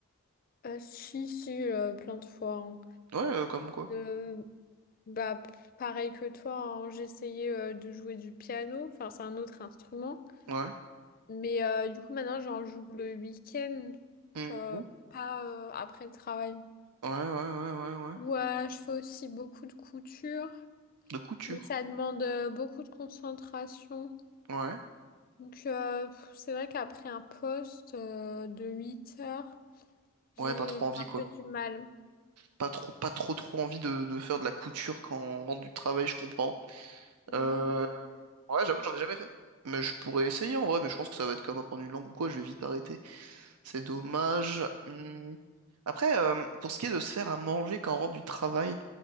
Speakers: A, on the left; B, on the right.
A: Euh, si, si, euh, plein de fois.
B: Ouais, euh, comme quoi.
A: Euh, bah, p- pareil que toi, hein, j'essayais euh, de jouer du piano, enfin c'est un autre instrument,
B: Ouais.
A: mais euh, du coup maintenant j'en joue le week-end,
B: Mhm.
A: genre pas euh, après le travail.
B: Ouais, ouais, ouais, ouais, ouais.
A: Ouais, je fais aussi beaucoup de couture,
B: De couture.
A: mais ça demande euh, beaucoup de concentration.
B: Ouais.
A: Donc euh, pff, c'est vrai qu'après un poste euh, de 8 heures, j'ai
B: Ouais, pas trop
A: j'ai
B: envie,
A: un
B: quoi.
A: peu du mal.
B: Pas trop, pas trop, trop envie de, de faire de la couture quand on rentre du travail, je comprends.
A: Oui,
B: Euh... Ouais, j'avoue, j'en ai jamais fait. Mais je pourrais essayer en vrai, mais je pense que ça va être comme apprendre une langue ou quoi, je vais vite arrêter. C'est dommage. Hmm. Après, euh, pour ce qui est de se faire à manger quand on rentre du travail,